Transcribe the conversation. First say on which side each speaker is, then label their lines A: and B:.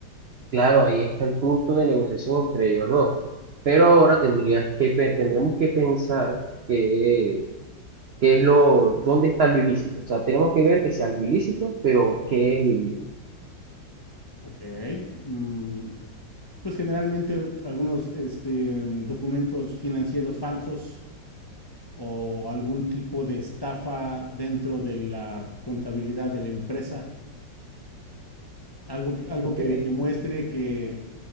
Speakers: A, on the right; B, on the left.
A: Claro, ahí está el punto de negociación entre ellos dos. Pero ahora tendrías que, pe- tendremos que pensar que, qué es lo, dónde está lo ilícito. O sea, tenemos que ver que sea algo ilícito, pero qué es lo ilícito.
B: Ok, mm, pues generalmente algunos este, documentos financieros falsos o algún tipo de estafa dentro de la contabilidad de la empresa, algo, que- algo
A: ¿ok?
B: que, que muestre que,